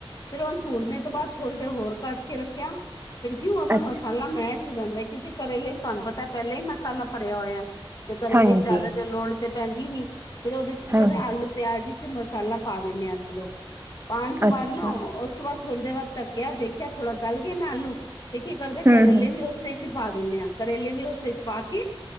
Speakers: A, on the left; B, on the right.
A: ਫੇਰ ਉਹਨੂੰ ਧੂੜਨੇ ਤੋਂ ਬਾਅਦ, ਥੋੜ੍ਹੀ ਦੇਰ ਹੋਰ ਕਜ ਕੇ ਰੱਖਿਆ। ਫਿਰ ਕਿਉਂ ਉਹਦਾ
B: ਅੱਛਾ
A: ਮਸਾਲਾ ਮੈਸ਼ ਹੋ ਜਾਂਦਾ, ਕਿਉਂਕਿ ਘਰੇਲੇ ਚ ਤੁਹਾਨੂੰ ਪਤਾ ਪਹਿਲਾਂ ਹੀ ਮਸਾਲਾ ਭਰਿਆ ਹੋਇਐ। ਤੇ ਕਰੇਲੇ
B: ਹਾਂਜੀ
A: ਜ਼ਿਆਦਾ ਜ ਲੋਣ ਤੇ ਪੈਂਦੀ ਨੀ ਫੇਰ ਉਹਦੇ ਚ ਕੀ ਕਰਨੈ
B: ਹਾਂਜੀ
A: ਆਲੂ ਪਿਆਜ਼ ਚ ਮਸਾਲਾ ਪਾ ਦਿੰਨੇ ਆ ਅਸੀਂ ਓ, ਪਾਣ ਤੋਂ
B: ਅੱਛਾ
A: ਬਾਅਦ ਨਾ ਉਸ ਤੋਂ ਬਾਅਦ ਥੋੜੇ ਦੇਰ ਬਾਅਦ ਧੱਕਿਆ ਦੇਖਿਆ ਥੋੜਾ, ਗਲ ਗੇ ਨੇ ਆਲੂ ਤੇ ਕੀ ਕਰਦੇ ਕਰੇਲੇ
B: ਹੂੰ ਹੂੰ
A: ਵੀ ਉਸ ਉਸੇ ਚ ਪਾ ਦਿੰਨਗ ਆ। ਕਰੇਲੇ ਵੀ ਉਸੇ ਚ ਪਾ ਕੇ